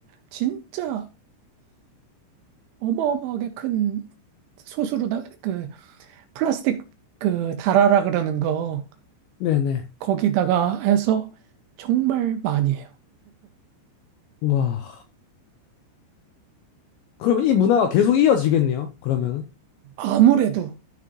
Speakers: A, on the right; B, on the left.
A: 진짜 어마어마하게 큰 소스로다, 그, 플라스틱, 그, 달아라 그러는 거,
B: 네네.
A: 거기다가 해서 정말 많이 해요.
B: 우와. 그러면 이 문화가 계속 이어지겠네요. 그러면은.
A: 아무래도,